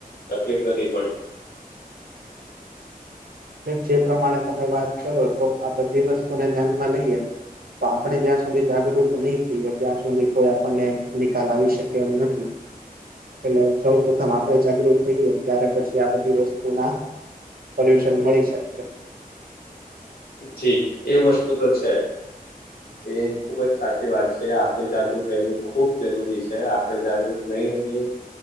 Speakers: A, on the left (about 75°); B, on the right (about 70°).
A: તકલીફ નથી પડીતી
B: જે પ્રમાણે તમે વાત કરો છો, આ બધી વસ્તુને ધ્યાન માં લઈએ તો આપણે જ્યાં સુધી જાગૃત નહી, થઈ ત્યાં સુધી કોઈ આપણને નિકાલ આવી શકે એમ નથી. એટલે સૌ પ્રથમ આપડે જાગૃત થઈએ, ત્યારે પછી આ બધી વસ્તુના સલ્યુશન મળી શકશે
A: જી એ વસ્તુ તો છે. એ ખુબ જ સાચી વાત છે આપડે જાગૃત રહેવું ખુબ જરૂરી છે આપડે જાગૃત નહી રહીએ.